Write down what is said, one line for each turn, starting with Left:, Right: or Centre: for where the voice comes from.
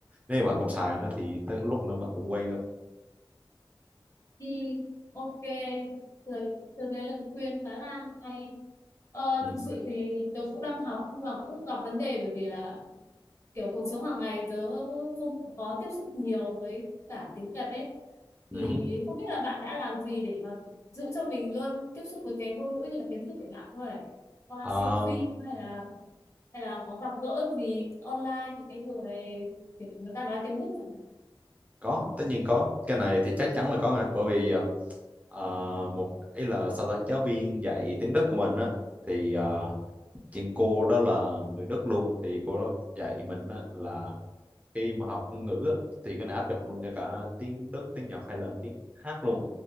Right: nếu mà bạn không xài nó thì tới lúc nữa bạn cũng quen thôi
Left: thì ok rồi từ cái lời khuyên khá là hay Ờ,
Right: ừ.
Left: thực sự thì tớ cũng đang học nhưng mà cũng gặp vấn đề bởi vì là kiểu cuộc sống hàng ngày tớ không có tiếp xúc nhiều với cả tiếng Nhật ấy
Right: Ừ.
Left: thì không biết là bạn đã làm gì để mà giữ cho mình luôn tiếp xúc với cái ngôn ngữ như là kiến thức để bạn có thể qua
Right: À,
Left: xem phim hay là hay là có gặp gỡ gì online những cái người kiểu người ta nói tiếng Đức chẳng hạn
Right: có tất nhiên có cái này thì chắc chắn là có ngay bởi vì à, à, một ý là sao ta giáo viên dạy tiếng Đức của mình á thì à, chuyện cô đó là người Đức luôn thì cô đó dạy mình á là khi mà học ngôn ngữ á, thì cái này áp dụng luôn cho cả tiếng Đức tiếng Nhật hay là tiếng hát luôn